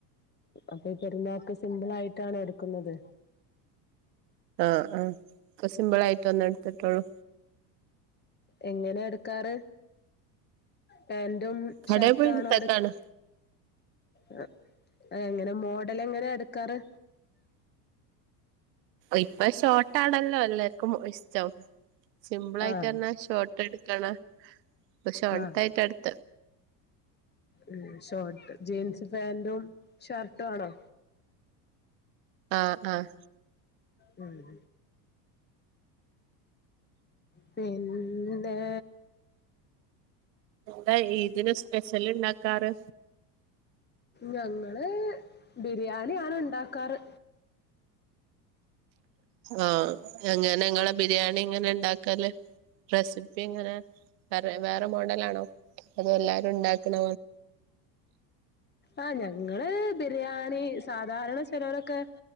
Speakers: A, on the left; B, on the right.
A: അപ്പൊ ഈ പെരുന്നാൾക്ക് സിമ്പിൾ ആയിട്ടാണോ എടുക്കുന്നത്.
B: ആഹ് ആഹ് ഒക്കെ സിമ്പിൾ ആയിട്ട് ഒന്ന് എടുത്തിട്ടുള്ളൂ.
A: എങ്ങനെ എടുക്കാറ് പാന്റും
B: കടയിൽ
A: ഷർട്ടാണോ
B: പോയി എടുത്തേക്കാണ്
A: എടുക്ക ആ അതെ എങ്ങനെ മോഡലെങ്ങെന എടുക്കാറ്.
B: ഇപ്പൊ ഷോർട്ടാണല്ലോ എല്ലാർക്കും ഇഷ്ടം. സിംമ്പിളായിട്ടറ്ഞ്ഞാൽ
A: ആഹ്
B: ഷോർട്ട് എടുക്ക്ണ്. ഇപ ഷോർട്ടായിട്ട
A: ആഹ്
B: എട്ത്തെ.
A: ഉം. ഷോർട്ട്. ജീൻസ് പാാന്റും ഷർട്ടും ആണൊ.
B: ആഹ് ആഹ്.
A: ഉം. പിന്നേ.
B: എന്താ ഇതിന് സ്പെഷ്യല് ഇണ്ടാക്കാറ്.
A: ഞങ്ങള് ബിരിയാണി ആണ് ഇണ്ടാക്കാറ്.
B: ആഹ് എങ്ങനെ ഇങ്ങളെ ബിരിയാണി എങ്ങനെ ഇണ്ടാക്കല്. റെസിപ്പി എങ്ങനാ വേറെ, വേറെ മോഡലാണൊ. അത് എല്ലാരും ഇണ്ടാക്ക്ണ
A: ആ ഞങ്ങള് ബിരിയാണി സാധാരണ ചെലോരൊക്കെ